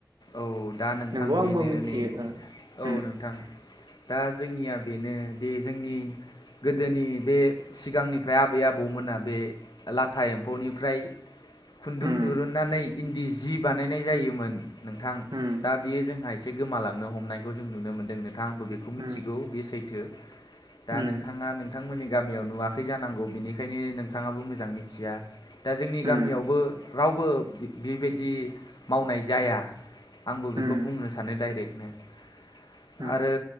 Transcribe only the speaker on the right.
नंगौ
आंबो मिथियो
ओ
उम
उम
उम
उम
उम
उम
उम
उम